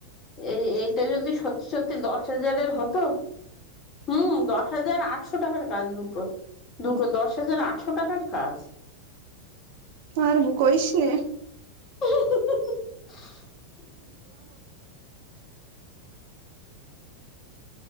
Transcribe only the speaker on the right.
ہار وہ کوئیس ن نے